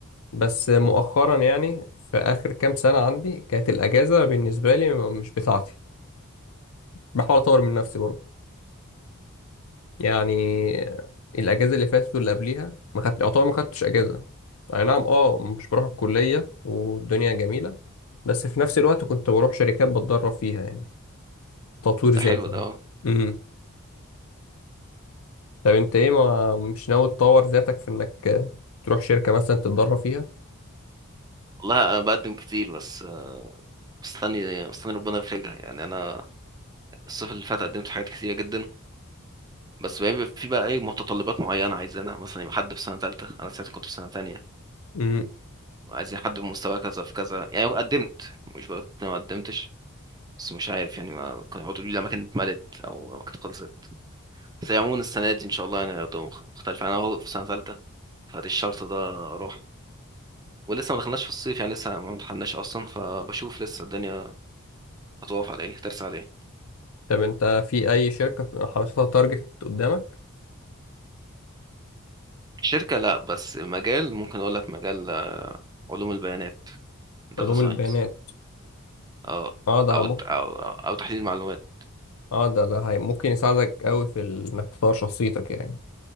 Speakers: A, on the left; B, on the right.
A: بس مؤخرا يعني في اخر كام سنه عندي كانت الاجازه بالنسبه لي مش بتاعتي بحاول اطور من نفسي برضه يعني الاجازه اللي فاتت واللي قبليها ما خدت يعتبر ما خدتش اجازه اي نعم اه مش بروح الكليه والدنيا جميله بس في نفس الوقت كنت بروح شركات بتدرب فيها يعني تطوير
B: ده
A: ذاتي
B: حلو
A: يعني
B: ده اه
A: امم طب انت ايه ما مش ناوي تطور ذاتك في انك تروح شركه مثلا تتدرب فيها
B: والله انا بقدم كتير بس آه، مستني مستني ربنا يفرجها يعني انا الصيف اللي فات قدمت في حاجات كتيره جدا بس بيبقى في بقى ايه متطلبات معينه عايزينها مثلا يبقى حد في سنه ثالثه انا ساعتها كنت في سنه ثانيه
A: امم
B: عايزين حد بمستوى كذا في كذا يعني قدمت مش بقول إن أنا ما قدمتش بس مش عارف يعني ما كانوا يقعدوا يقولوا لي الأماكن اتملت أو الأماكن خلصت بس هي عموما السنة دي إن شاء الله يعني هتبقى مخ- مختلفة أنا أهو في سنة تالتة فدي الشرط ده أروح ولسه ما دخلناش في الصيف يعني لسه ما امتحناش أصلا فبشوف لسه الدنيا هتقف على إيه هترسى على إيه
A: طب انت في اي شركه حاططها تارجت قدامك
B: شركة لأ بس مجال ممكن أقول لك مجال علوم البيانات داتا
A: علوم
B: ساينس
A: البيانات
B: أه
A: اه ده
B: أو
A: ممكن
B: أو أو تحليل المعلومات
A: اه ده ده هي- ممكن يساعدك قوي في ال- انك تطور شخصيتك يعني